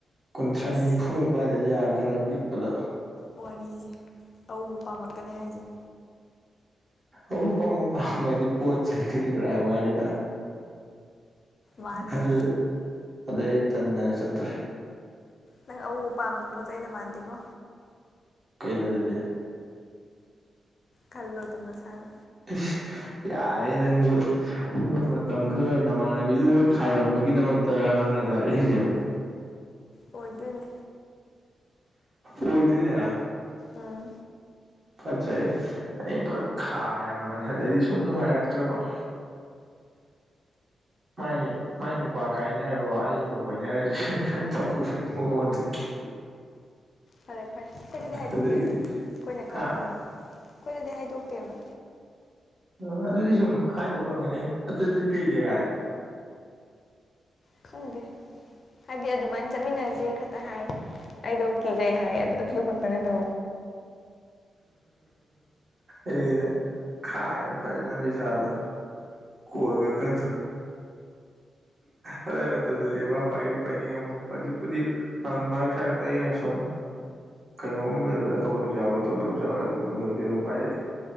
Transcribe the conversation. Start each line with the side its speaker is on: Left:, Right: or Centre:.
Right: ꯊꯔꯥ
Left: ꯑꯁ
Right: ꯅꯤꯝꯐꯨꯃꯨꯛ ꯄꯥꯏꯗꯗꯤ ꯌꯥꯔꯦꯏ ꯈꯔ ꯄꯤꯛꯄꯗ
Left: ꯋꯥꯔꯤꯖꯤ ꯑꯎ-ꯑꯎ ꯄꯥꯝꯃꯛꯀꯅꯤ ꯍꯥꯏꯖ‌ꯦ
Right: ꯑꯎ-ꯑꯎ ꯄꯥꯝꯕ ꯍꯥꯏꯗꯤ ꯄꯣꯠ-ꯆꯩ ꯀꯔꯤ ꯀꯔꯥꯒꯤ ꯋꯥꯅꯤꯗ
Left: ꯃꯥꯟꯗꯦ
Right: ꯑꯗꯨꯗꯩ ꯑꯗꯩ ꯑꯩ ꯇꯟꯗꯅ ꯆꯠꯇ꯭ꯔ‌ꯦ
Left: ꯅꯪ ꯑꯎ-ꯑꯎ ꯄꯥꯝꯕꯗ‌ꯣ ꯄꯣꯠ-ꯆꯩꯩꯗ ꯃꯥꯟꯗ‌ꯦꯀꯣ
Right: ꯀꯩꯗ ꯑꯗꯨꯗꯤ
Left: ꯈꯜꯂꯣ ꯑꯗꯨꯝ ꯅꯁꯥꯅ
Right: ꯏꯁ ꯌꯥꯔ‌ꯦ ꯅꯪꯖ‌ꯨ ꯑꯩꯅ ꯃꯇꯝ ꯈꯔ ꯅꯃꯥꯟꯅꯕꯤꯗꯨꯗ ꯈꯥꯏꯔꯝꯕꯒꯤꯗꯃꯛ ꯇꯔ ꯅꯪꯅ ꯑꯗꯨ ꯍꯥꯏꯔꯛꯏꯖ‌ꯦ
Left: ꯑꯣꯏꯗꯣꯏꯅꯦ
Right: ꯑꯣꯏꯗꯣꯏꯅꯦ
Left: ꯑꯥ
Right: ꯐꯠꯖꯩꯌ‌ꯦ ꯑꯩꯅꯐꯠ ꯈꯥꯏꯍꯥꯏꯔꯝꯕꯅꯤ ꯑꯗꯩꯗꯤ ꯁꯨꯝ ꯅꯨꯡꯉꯥꯏꯔꯛꯇ꯭ꯔꯕ ꯃꯥꯏꯒꯤ-ꯃꯥꯏ ꯅꯨꯄꯥ ꯀꯥꯏꯅꯔꯣ ꯑꯩꯒ ꯀꯣꯏꯅꯔꯖ‌ꯦꯅ ꯇꯧꯕꯅꯤ ꯃꯑꯣꯟꯗꯒꯤ
Left: ꯐꯔꯦ-ꯐꯔꯦ ꯑꯩꯈꯣꯏꯗꯗꯤ ꯍꯥꯏꯗꯣꯛꯇꯦꯗ
Right: ꯑꯗꯒꯤꯗꯤ
Left: ꯑꯩꯈꯣꯏꯅ
Right: ꯍꯥ
Left: ꯈꯪꯕꯩ ꯋꯥꯅꯤ ꯑꯩꯈꯣꯏꯗꯗꯤ ꯍꯥꯏꯗꯣꯛꯇꯦꯕ
Right: ꯑꯥ ꯑꯗꯨꯗꯤ ꯁꯨꯝ ꯍꯥꯏꯗꯕ ꯑꯣꯔꯝꯒꯅꯤ ꯑꯇꯩꯇꯩ ꯀꯩꯗꯤ ꯍꯥꯏ
Left: ꯈꯪꯗꯦ ꯍꯥꯏꯗꯤ ꯑꯗꯨꯃꯥꯏꯅ ꯆꯠꯃꯤꯟꯅꯖ‌ꯦ ꯇꯍꯥꯏ ꯑꯩꯗ‌ꯣ ꯀꯤꯖꯩ ꯍꯥꯏꯌ‌ꯦ ꯑꯗꯨ ꯈꯛꯇꯅꯦ <inaudible>
Right: ꯑꯩꯅꯦ ꯈꯥꯏꯕꯅ‌ꯦ ꯐꯖꯅ ꯅꯤꯁꯥꯗꯣ ꯀꯣꯏꯒ ꯀ ꯑꯗꯨꯗꯥꯏ ꯃꯇꯝꯗꯗꯤ ꯃꯥ ꯄꯥꯏꯕꯨ ꯄꯥꯏꯅꯤꯡꯉꯝꯃꯣꯏ ꯍꯧꯖꯤꯛꯄꯨꯗꯤ ꯑꯗꯨ ꯃꯔꯛ ꯁꯛꯇ ꯑꯩꯅ ꯁꯨꯝ ꯀꯩꯅꯣꯒꯨꯝ ꯂꯩꯕꯗ ꯇꯧꯕꯁꯨ ꯌꯥꯎꯋꯦ ꯇꯧꯗꯕꯁꯨꯎꯋꯦ ꯑꯗꯨꯒꯨꯝꯕꯗꯕꯨꯗꯤ ꯑꯗꯨꯝ ꯄꯥꯏꯔꯤ